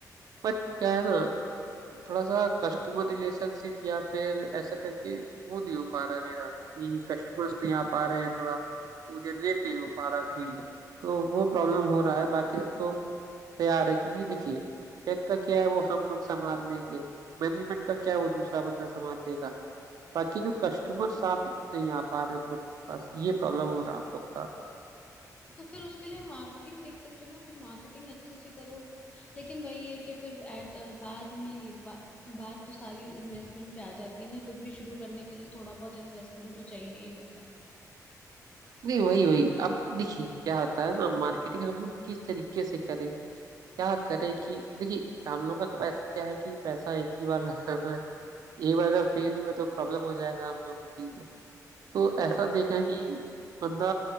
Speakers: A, on the right; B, on the left.
A: बट क्या है ना थोड़ा सा कस्टमर रिलेशनशिप या फिर ऐसा करके वो नहीं हो पा रहा है मेरा कि कस्टमर्स नहीं आ पा रहे हैं थोड़ा वो जनरेट नहीं हो पा रहा फील्ड तो वो प्रॉब्लम हो रहा है बाकी सब तो तैयार है क्योंकि देखिए अब टेक का क्या है वो हम लोग संभाल लेंगे मैनेजमेंट का क्या है वो दूसरा बंदा संभाल लेगा बाकी जो कस्टमर साथ नहीं आ पा रहे हम लोग के पास ये प्रॉब्लम हो रहा है हम लोग का
B: अच्छा तो फिर उसके लिए मार्केटिंग देख सकते हो ना कुछ मार्केटिंग अच्छे से करो लेकिन वही है कि फिर एट बाद में ये बा, बात तो सारी इन्वेस्टमेंट पे आ जाती है ना कुछ भी शुरू करने के लिए थोड़ा बहुत इन्वेस्टमेंट तो चाहिए ही होता है
A: नहीं वही वही अब देखिए क्या होता है ना मार्केटिंग हम लोग किस तरीके से करें क्या करें कि देखिए हम लोग का पैसा क्या है कि पैसा एक ही बार लगाना है एक बार अगर फेल हुआ तो प्रॉब्लम हो जाएगा हम लोगों के लिए तो ऐसा देखा है कि बंदा